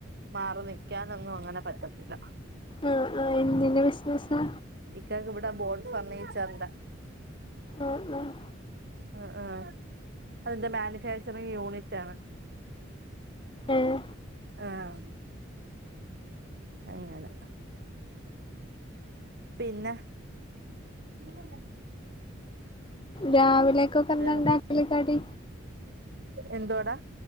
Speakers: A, on the right (about 55°); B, on the left (about 25°).
A: മാറി നിക്കാനൊന്നും അങ്ങനെ പറ്റത്തില്ല
B: ആ ആ എന്തിന്റെ ബിസിനസ്സാ
A: ഇക്കാക്ക് ഇവിടെ ബോഡ് ഫർണിച്ചറിന്റെ
B: ആഹ് ആഹ്
A: ആ ആ അതിന്റെ മാനുഫാക്ചറിങ്ങ് യൂണിറ്റ് ആണ്
B: ഏഹ്
A: ആഹ അങ്ങന പിന്നെ ഉ്മ
B: രാവിലെക്കൊക്കെ എന്താണ്ടാക്കല്
A: വേറെ
B: കടി
A: എന്തുവാടാ